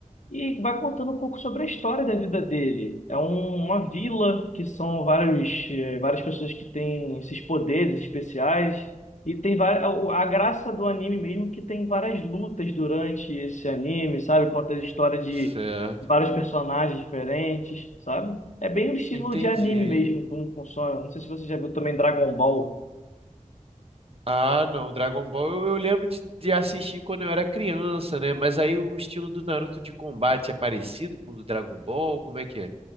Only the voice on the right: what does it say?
Certo.
Entendi.
Ah, não, Dragon Ball eu, eu lembro de, de assistir quando eu era criança, né? Mas aí o estilo do Naruto de combate é parecido com o do Dragon Ball? Como é que é?